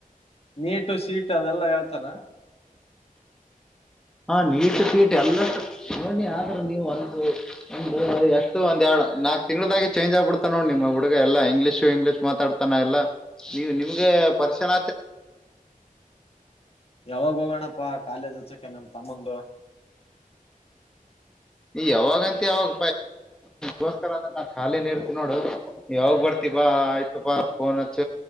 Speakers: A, on the left (about 40°); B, in the centre.
A: ನೀಟು ಸೀಟು ಅದೆಲ್ಲಾ ಹೇಳ್ತಾರ
B: ಹಾ ನೀಟ ಸಟ್ ಎಲ್ಲಷ್ಟು ನೋ ಆದ್ರ ನೀವ ಒಂದ ಒ ಎಷ್ಟು ಒಂದ್ ಎರಡ್ ನಾಕ್ ತಿಂಗಳದಾಗಿ ಚೇಂಜ್ ಆಗ್ಬಿಡ್ತಾ ನೋಡ್ ನಿಮ್ ಹುಡುಗ ಎಾ ಇಂಗ್ಲಿಷು ಇಂಗ್ಲಿಷ್ ಮಾತಾಡ್ತಾನ ಎಲ್ಲ ನೀವ್ ನಿಮ್ಗೆ ಪರಿಚನ.
A: ಯಾವಾಗ ಹೋಗೋಣಪ್ಪಾ ಕಾಲೇಜ್ ಹಚ್ಚಕ ನಮ ತಮ್ಮಂದು
B: ನೀ ಯಾವಾಗಂತ ಯಾವಾಗ. ಗೋಸ್ಕರ ಅ್ರ ನ ಲಿನ ನೀ ಇಡ್ತಿವಿ ನೋಡು. ಯಾವಾಗ್ ಬರ್ತಿ ಬಾ ಆಯ್ತಪ್ಪಾ. ಕೋ ನ್ಚ್ಚ.